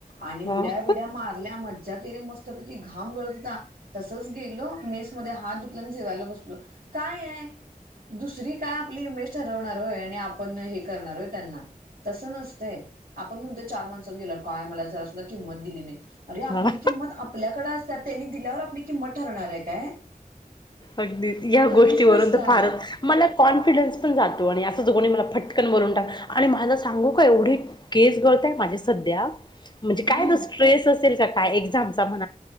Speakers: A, on the right (about 75°); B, on the left (about 30°).
A: आणि
B: हा
A: उड्या बिड्या मारल्या मज्जा केली मस्तपैकी घाम गळतता तसच गेलो मेस मध्ये हात धुखलान जेवायला बसलो काय आहे. दुसरी काय आपली इमेज ठरवणार होय आणि आपण हे करणारोय त्यांना तसं नसते आपण म्हणतो चार माणसात गेलो काय मला जरा सुद्धा किंमत दिली नाही. अरे आपली
B: हा
A: किंमत आपल्याकडे असत त्यांनी दिल्यावर आपली किंमत ठरणार आहे काय.
B: अगदी या
A: कधीच
B: गोष्टीवरून
A: नसत्या
B: तर फारत मला कॉन्फिडन्स पण जातो आणि असं जो कोणी मला फटकन बोलवून टाक आणि माझं सांगू का एवढी केस गळतय माझे सध्या म्हणजे
A: हम्म
B: काय स्ट्रेस असेल का काय एक्झामचा म्ह